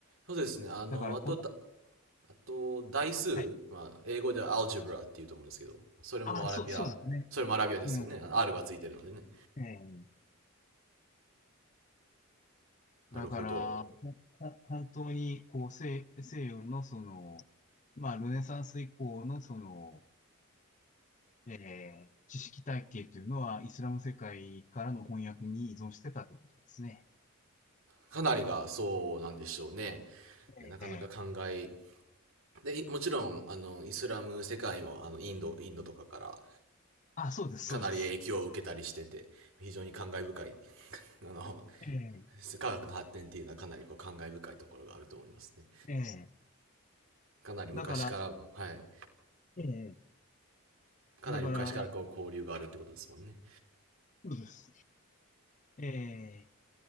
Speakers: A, on the right; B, on the left.
A: そうですね。
B: <laughs>
A: あの、
B: だからこ、
A: あとだ、あと、代数、
B: はい。
A: まあ、英語ではアルジブラっていうと思うんですけど、それもアラビア、
B: あ、そう、そうですね。
A: それもアラビアですよね。
B: うん。
A: あの R がついてるのでね。
B: ええ、だから、
A: なるほど。
B: ほ本当に、こう、西、西洋のその、まあ、ルネサンス以降のその、ええ、知識体系というのは、イスラム世界からの翻訳に依存してたってことですね。
A: かなりがそうなんでしょうね。
B: ええ、
A: なかなか考え。で、もちろん、あの、イスラム世界も、あの、インド、インドとかから、
B: あ、そうです、
A: かなり影響を受けたりしてて、
B: そうです。
A: 非常に感慨深い、<laughs> あの、
B: ええ、
A: 科学の発展っていうのはかなりこう感慨深いところがあると思いますね。
B: ええ、
A: かなり昔からも、
B: だから、
A: はい。
B: ええ、
A: かなり昔からこう交流があるってことですもんね。
B: だから、そうです。ええ、